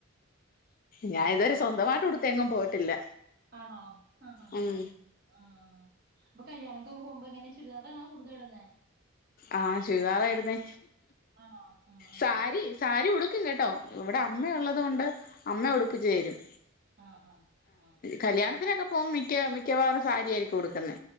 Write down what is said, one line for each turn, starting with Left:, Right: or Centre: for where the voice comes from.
Left: ഞാനി ഇത് വരെ സ്വന്തമായി ട്ട് ഉടുത്തെങ്ങും പോയിട്ടില്ല
Right: ആണോ ആഹ്
Left: ഉം
Right: അ കല്യാണൊക്കെക്കെ പോകുമ്പോ എങ്ങനെ ചുരിദാറാണോ കൂടുതൽ ഇട്ന്നേ
Left: ആഹ് ചുരിതാറായിരുന്നേ
Right: ആണോ ആഹ് ആഹ്
Left: സാരി സാരി ഉടു ക്കും കേട്ടോ ഇവിടെ
Right: ഉം
Left: അമ്മ ഉള്ളത് കൊണ്ട് അമ്മ ഉടുപ്പിച്ചു
Right: ഉം
Left: തരും
Right: ആഹ് ആഹ് ആഹ്
Left: കല്യാണത്തിനൊക്കെ അപ്പം മിക്ക മിക്കവാറും സാരിയായിരിക്കും ഉടുക്കുന്നെ